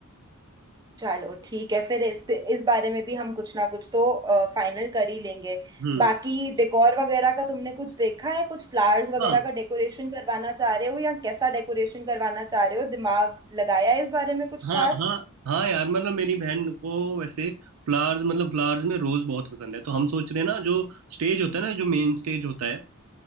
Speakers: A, on the right (about 20°); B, on the right (about 70°).
A: चलो ठीक है फिर इस पे इस बारे में भी हम कुछ ना कुछ तो फाइनल कर ही लेंगे
B: हम्म
A: बाकी डेकोर वगैरह का तुमने कुछ देखा है कुछ फ्लावर्स वगैरह
B: हाँ
A: का डेकोरेशन करवाना चाह रहे हो या कैसा डेकोरेशन करवाना चाह रहे हो दिमाग लगाया है इस बारे में कुछ
B: हाँ
A: खास
B: हाँ हाँ यार मतलब मेरी बहन को वैसे फ्लावर्स मतलब फ्लावर्स में रोज बहुत पसंद है तो हम सोच रहे हैं ना जो स्टेज होता है ना जो मेन स्टेज होता है